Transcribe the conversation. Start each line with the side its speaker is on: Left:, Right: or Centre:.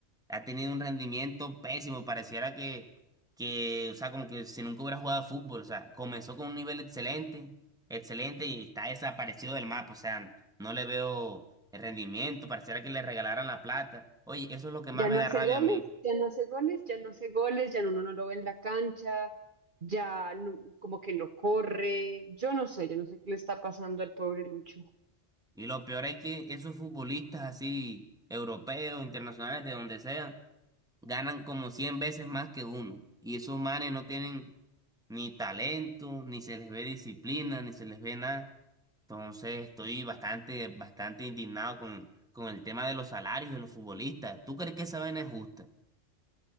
Centre: ha tenido un rendimiento pésimo, pareciera que, que, o sea, como que si nunca hubiera jugado fútbol, o sea, comenzó con un nivel excelente, excelente y está desaparecido del mapa, o sea, no le veo el rendimiento, pareciera que le regalaran la plata. Oye, eso es lo que más
Right: Ya
Centre: me
Right: no
Centre: da
Right: hace
Centre: rabia
Right: goles,
Centre: a mí.
Right: ya no hace goles, ya no hace goles, ya uno no lo ve en la cancha, ya no- como que no corre. Yo no sé, yo no sé qué le está pasando al pobre Lucho.
Centre: Y lo peor es que esos futbolistas así, europeos, internacionales, de donde sean, ganan como 100 veces más que uno. Y esos manes no tienen ni talento, ni se les ve disciplina, ni se les ve nada. Entonces estoy bastante, bastante indignado con, con el tema de los salarios de los futbolistas. ¿Tú crees que esa vaina es justa?